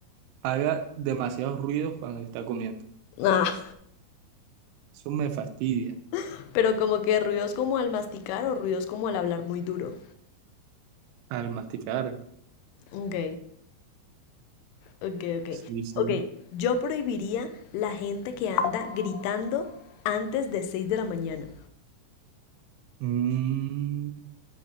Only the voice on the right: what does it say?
haga demasiados ruidos cuando está comiendo.
Eso me fastidia
al masticar.
Sí, sí.
Mm,